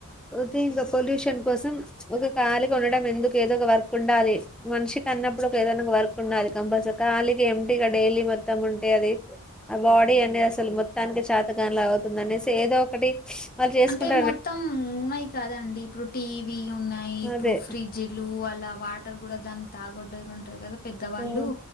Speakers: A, in the centre; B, on the left.
A: ఓతే ఇంకా పొల్యూషన్ కోసం ఒకె కాలిగా ఉండడం, ఎందుకు ఏదో ఒక వర్క్ ఉండాలి. మనిషికన్నా ఇప్పుడు ఒక ఏదనంగా వర్క్ ఉండలి కంపల్సరి ఖాళీగా ఏం ఇక డైలీ మొత్తం ఉంటే, అది ఆ బాడీ అనేది అసలు మొత్తానికి శతకానిలాగ అవుతుందనేసి. ఏది ఏదో ఒకటి
B: అంటే
A: స్ బ
B: మొత్తం ఉన్నాయి కదండి ఇప్పుడు టీవీ ఉన్నాయి ఇప్పుడు
A: అదే
B: ఫ్రిడ్జ్లు వల్లు లా వాటర్ గుడా దాని తాగొడరు అంటారు కదా! పెద్దవాళ్ళు
A: ఉమ్,